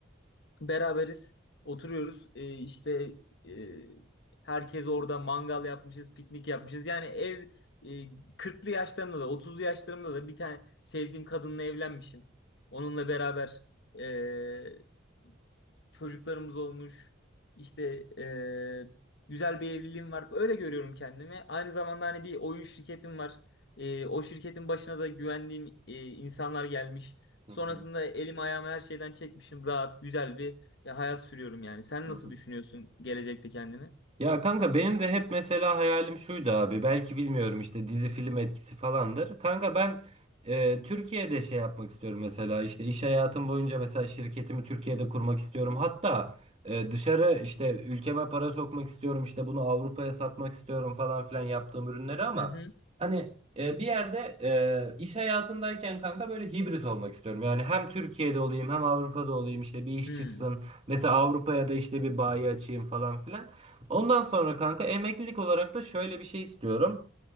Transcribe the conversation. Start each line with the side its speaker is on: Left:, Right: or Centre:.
Left: beraberiz, oturuyoruz. E, işte e, herkes orada mangal yapmışız, piknik yapmışız. Yani ev e, 40'lı yaşlarımda da 30'lu yaşlarımda da bir tane sevdiğim kadınla evlenmişim. Onunla beraber e, çocuklarımız olmuş. işte e, güzel bir evliliğim var. Öyle görüyorum kendimi. Aynı zamanda hani bir oyun şirketim var. E, o şirketin başına da güvendiğim e, insanlar gelmiş.
Right: Hı
Left: Sonrasında
Right: hı.
Left: elim ayağımı her şeyden çekmişim. Rahat, güzel bir e, hayat sürüyorum yani. Sen
Right: Hı
Left: nasıl
Right: hı.
Left: düşünüyorsun gelecekte kendini?
Right: Ya kanka benim de hep mesela hayalim şuydu abi. Belki bilmiyorum işte dizi film etkisi falandır. Kanka ben e, Türkiye'de şey yapmak istiyorum mesela işte iş hayatım boyunca mesela şirketimi Türkiye'de kurmak istiyorum. Hatta e, dışarı işte ülkeme para sokmak istiyorum işte bunu Avrupa'ya satmak istiyorum falan filan yaptığım ürünleri ama
Left: Hı hı.
Right: hani e, bir yerde e, iş hayatındayken kanka böyle hibrit olmak istiyorum. Yani hem Türkiye'de olayım hem Avrupa'da olayım işte bir iş
Left: Hı
Right: çıksın.
Left: hı.
Right: Mesela Avrupa'ya da işte bir bayi açayım falan filan. Ondan sonra kanka emeklilik olarak da şöyle bir şey istiyorum.